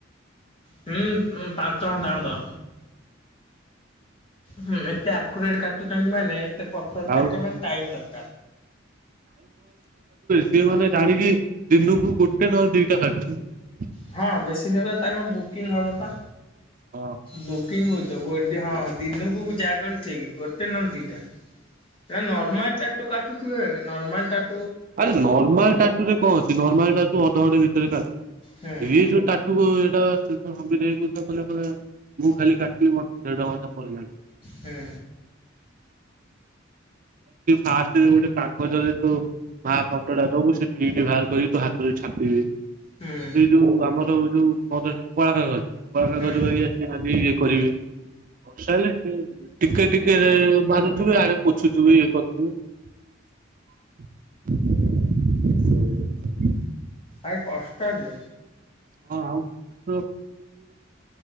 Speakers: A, on the left (about 30°); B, on the right (about 45°).
A: ହୁଁ ପାଞ୍ଚ ଘନ୍ତା ଟାଙ୍କ ତର। ହୁଁ ଏତେ ଆକୁରେଟ କାଟୁଛନ୍ତି ମାନେ ଏତେ ପରଫେକ୍ଟ
B: ଆଉ
A: କାଟିବା ମେ ଟାଇମ୍ ଦ
B: ସେଏ ମାନେ ଜାଣିକି ଦିନକୁ ଗୋଟେ ନହଲେ ଦିଟା କାଟୁିବ।
A: ହଁ ବେଶୀ ଦିନବେ ତାଙ୍କ ବୁକିଂ ହବ ପା
B: ହଁ।
A: ବୁକିଂ ହ ଗୋ ହ। ଦିନକୁ ଯାହା କଲେ ଠିକ ଗୋଟେ ନହେଲେ ଦୀଟା। ନା ନର୍ମାଲ ଟାଟୁ କାଟୁଥିବେ ନର୍ମାଲ ଟା।
B: ଆରେ ନର୍ମାଲ ଟାଟୁ ରେ କଣ ଅଛି ନର୍ମାଲ ଟାଟୁ ଅଧଘଣ୍ଟା ଭିତରେ କାନ୍ଦ
A: ହୁଁ
B: ଯୋଉ ଟାଟୁ। କ ମୁଁ ଖାଲି କା। ଦେଢ଼ ଘଣ୍ଟା ପଳେଇଲାଣି।
A: ହୁଁ
B: ଫାଷ୍ଟ ଗୋଟେ କାଗଜରେ ତୁ ମା ଫଟ ଟା ଦବୁ ସେ ପ୍ରିଣ୍ଟ ବାହାର କରିକି ତୋ ହାତରେ ଛାପିବେ।
A: ହୁଁ
B: ଏଇ ଯୋଉ ଆମର ଯୋଉ। କତ ପା କରଛୁ। ବଳ କାଗଜ
A: ହୁଁ
B: ବି ଆସି ଖା ବି। କରିବେ? ବର୍ଷା ହେଲେ ଟିକେ ଟିକେ ବାଧୁଥିବେ ଆଡେ <unintelligible>
A: ଆ କଷ୍ଟ ଯେ
B: ହଁ ଆଉ ବୁ